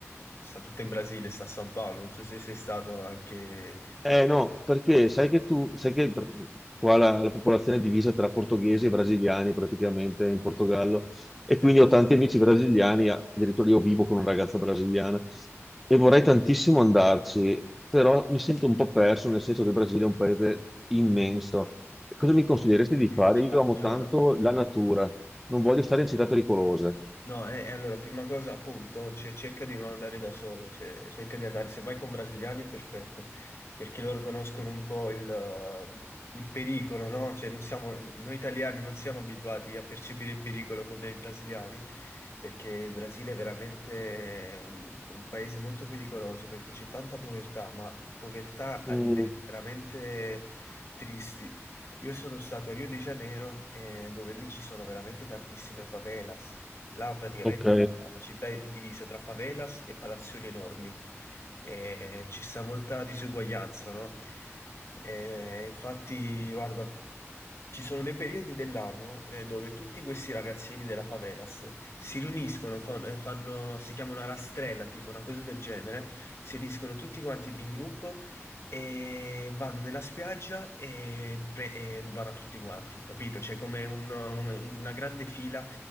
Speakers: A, on the left; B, in the centre.
A: sta tutta in Brasile, sta a San Paolo, non so se sei stato anche...
B: Eh no, perché sai che tu, sai che pr- qua la, la popolazione è divisa tra portoghesi e brasiliani praticamente in Portogallo e quindi
A: eh,
B: ho tanti amici brasiliani, a- addirittura io vivo con una ragazza brasiliana e vorrei tantissimo andarci, però mi sento un po' perso nel senso che il Brasile è un paese immenso. E Cosa mi consiglieresti di
A: sì,
B: fare?
A: chiaro.
B: Io amo
A: Allora,
B: tanto la natura, non voglio stare in città pericolose.
A: No, e, e allora, prima cosa, appunto, cioè, cerca di non andare da solo, cioè, cerca di andare, se vai con brasiliani è perfetto, perché loro conoscono un po' il, uh, il pericolo, no? Cioè, non siamo- noi italiani non siamo abituati a percepire il pericolo come i brasiliani, perché il Brasile è veramente un, un paese molto pericoloso, perché c'è tanta povertà, ma povertà a
B: Mm,
A: livelli veramente tristi. Io sono stato a Rio de Janeiro, eh, dove lì ci sono veramente tantissime favelas Là praticamente
B: ok.
A: la la città è divisa tra favelas e palazzoni enormi. E ci sta molta disuguaglianza, no? E infatti, guarda, ci sono dei periodi dell'anno eh, dove tutti questi ragazzini della favelas si riuniscono, fan- eh, fanno, si chiama una rastrella, tipo una cosa del genere, si riuniscono tutti quanti in gruppo e vanno nella spiaggia e, pre- e rubano a tutti quanti, capito? C'è come un- un- una grande fila